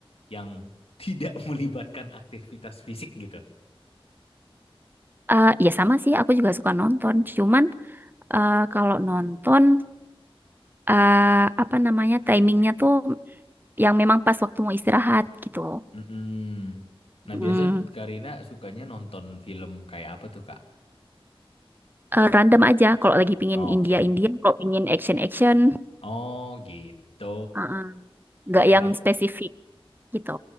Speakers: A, on the left; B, on the right.
A: yang <laughs> tidak melibatkan aktivitas fisik gitu?
B: Eh, ya sama sih, aku juga suka nonton. Cuman eh, kalau nonton eh, apa namanya timingnya tuh yang memang pas waktu mau istirahat gitu.
A: Mm-mm. Nah,
B: Hmm.
A: biasa Karina sukanya nonton film kayak apa tuh, Kak?
B: Eh, random aja kalau lagi pingin
A: Oke.
B: India India, kalau pingin action action,
A: Oh, gitu.
B: Heeh. nggak
A: Ya,
B: yang
A: tapi
B: spesifik gitu.